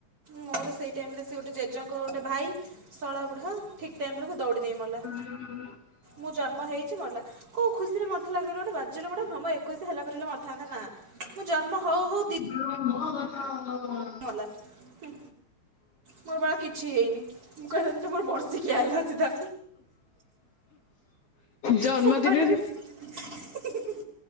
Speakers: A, on the right; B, on the left.
A: ମୋର ସେଇ ଟାଇମ୍ ସେ ଗୋଟେ ଜେଜେଙ୍କ ଗୋଟେ ଭାଇ ଶଳା ବୁଢ଼ା ଠିକ୍ ଟାଇମ୍ ବେଳକୁ ଦୌଡ଼ି ଦେଇ ମଲା।
B: <inaudible>
A: ମୁଁ ଜନ୍ମ ହେଇଛି ମଲା କୋଉ ଖୁସିରେ ମରିଥିଲା କହିଲ ଗୋଟେ ବାଜ୍ୟ ଲୋକ ଟା ନୁହେଁ ମୋ ଏକୋଇଶିଆ ହେଲା ପରେ ମରିଥାନ୍ତା ନା। ମୁଁ ଜନ୍ମ ହଉ ହଉ
B: <inaudible>
A: ମଲା ହୁଁ। ମୋର ବାଳ କିଛି ହେଇନି ମୁଁ କଥାନ୍ତି ତ ମୋର ବର୍ସିକିଆ ହେଲା ସିଧା।
B: ଜନ୍ମଦିନରେ
A: ମୋ ପାଟି ରେ। <unintelligible>